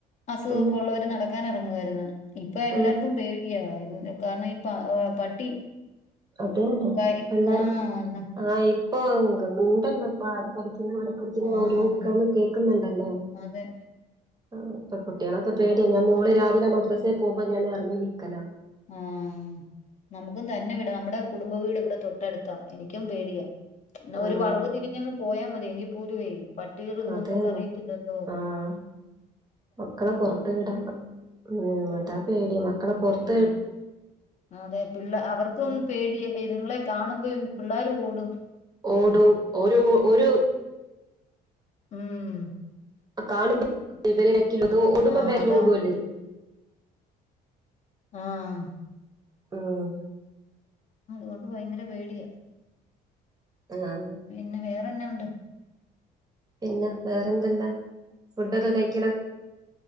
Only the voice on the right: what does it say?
ഉം
ഉം
അതേന്നെ
എല്ലാർക്കും
ആഹ് ഇപ്പൊ <unintelligible> പിന്നെവിടെ കുറിച്ചിങ്ങന
ഓരോ കേക്കുന്നൊണ്ടല്ലോ?
ആഹ് ഇപ്പ കുട്ട്യൊളൊക്കെ
പേടി ഞാ മോള് രാവിലെ മദ്രസേ പോമ്പൊ ഞാ എറങ്ങി നിക്കലാ.
ആഹ്
അതന്നെ
ആഹ് മക്കളെ പൊറത്ത് വിടാ ഉം അതാപേടി മക്കളെ പൊറത്ത്
ഉം.
ഓടു ഓരു ഓര്
കാണുമ്പോ <unintelligible> ഓടുമ്പം
ബേക്കിലോടുവല്ലേ?
ഉം.
ആഹ്
പിന്നെ വേറെന്തെല്ലാം ഫുഡൊക്കെ കയ്-